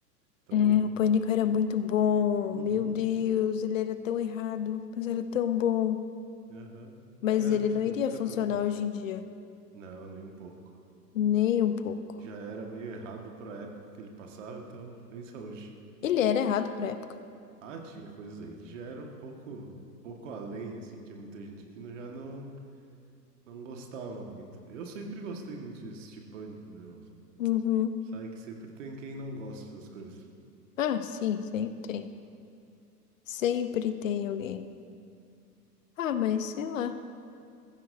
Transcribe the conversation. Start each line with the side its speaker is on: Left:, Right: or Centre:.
Right: então,
Left: É, o Pânico era muito bom.
Right: uhum,
Left: Meu Deus, ele era tão errado, mas era tão bom.
Right: aham.
Left: Mas
Right: Cara,
Left: ele
Right: tem
Left: não iria
Right: muita
Left: funcionar
Right: coisa.
Left: hoje em dia.
Right: Não, nem um pouco.
Left: Nem um pouco.
Right: já era meio errado para a época que ele passava, então pensa hoje.
Left: Ele era errado pra época.
Right: Ah, tinha coisas aí que já era um pouco, pouco além, assim, tinha muita gente que não- já não, não gostava muito. Eu sempre gostei muito de assistir Pânico, né, moça?
Left: Uhum.
Right: Sabe que sempre tem quem não gosta das coisas.
Left: Ah, sim, sempre tem. Sempre tem alguém. Ah, mas sei lá.